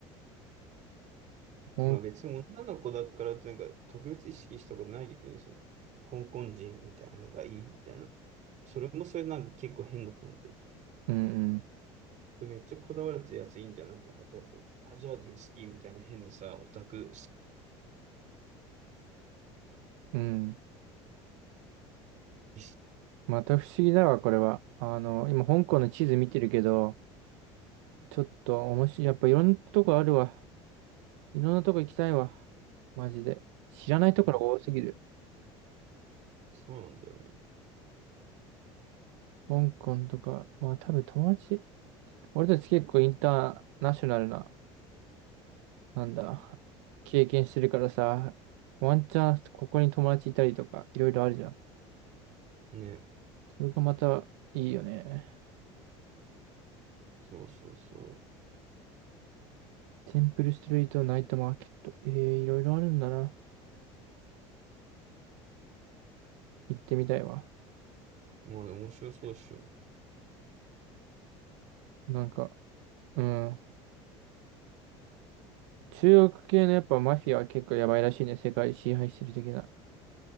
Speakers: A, on the right (about 75°); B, on the right (about 55°).
A: ほん、
B: まあ別に女の子だからってなんか特別意識したことないけどね、その香港人みたいなのがいいみたいな。それもそれなんか結構変だと思うけど。
A: うん
B: それめっちゃこだわれてるやついいんじゃん。なんかアジア人好きみたいな変なさ、オタク好
A: うん。うん。
B: き。
A: また不思議だわ、これは。あの、今、香港の地図見てるけど、ちょっと面白い。やっぱいろんなとこあるわ。いろんなとこ行きたいわ。マジで。知らないところ多すぎる。
B: うんそうなんだよね。
A: 香港とか、まあ多分友達。俺たち結構インターナショナルな、なんだ、経験してるからさ、ワンチャンここに友達いたりとか、いろいろあるじゃん。
B: ね
A: それがまたいいよね。
B: そうそうそ
A: テンプルストリート、ナイトマーケット。ええいろいろあるんだな。行ってみたいわ。
B: う。まあね、面白そうっしょ。
A: なんか、うん。中国系のやっぱマフィアは結構やばいらしいね。世界支配してる的な。